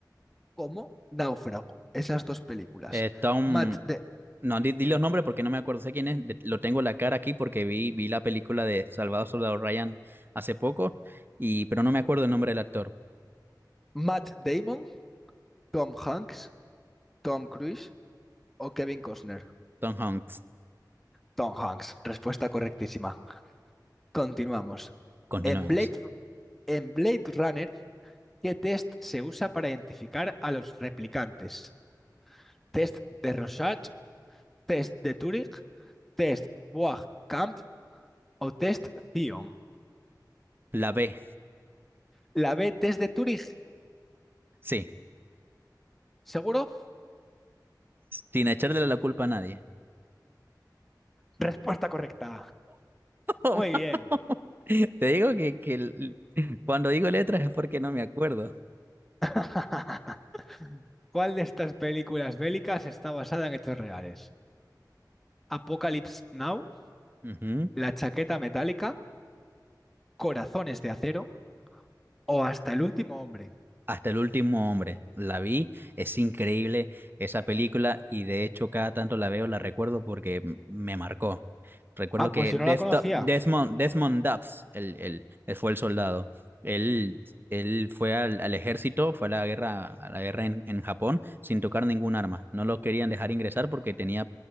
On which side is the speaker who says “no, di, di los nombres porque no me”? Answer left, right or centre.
Right